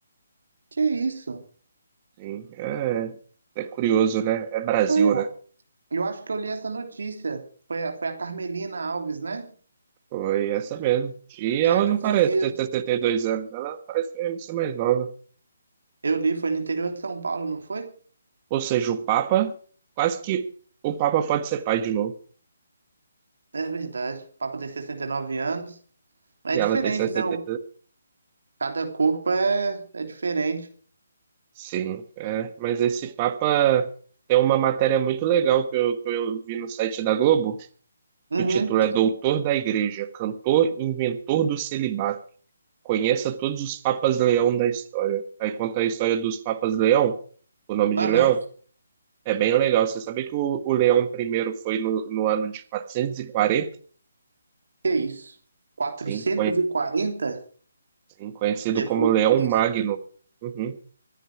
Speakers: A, on the right (about 60°); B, on the right (about 25°).
A: Que é isso?
B: Sim, é, é curioso, né? É Brasil,
A: Ah, eu,
B: né?
A: eu acho que eu li essa notícia. Foi a, foi a Carmelina Alves, né?
B: Foi essa mesmo. E
A: É,
B: ela não
A: eu tinha
B: parece
A: lido.
B: ter 62 anos, ela parece mesmo ser mais nova.
A: Eu li, foi no interior de São Paulo, não foi?
B: Ou seja, o Papa, quase que o Papa pode ser pai de novo.
A: É verdade. O Papa tem 69 anos. É
B: E
A: diferente,
B: ela tem sessenta
A: né? O, cada corpo é, é diferente.
B: Sim, é. Mas esse Papa tem uma matéria muito legal que eu, que eu vi no site da Globo.
A: Uhum.
B: O título é Doutor da Igreja, cantor e inventor do celibato. Conheça todos os Papas Leão da história. Aí conta a história dos Papas Leão, o nome de
A: Aham.
B: Leão. É bem legal. Você sabia que o, o Leão I foi no, no ano de 440?
A: Que é isso? quatrocentos
B: Sim, conhe-
A: e quarenta
B: sim, conhecido
A: depois
B: como Leão
A: de Cristo?
B: Magno. Uhum,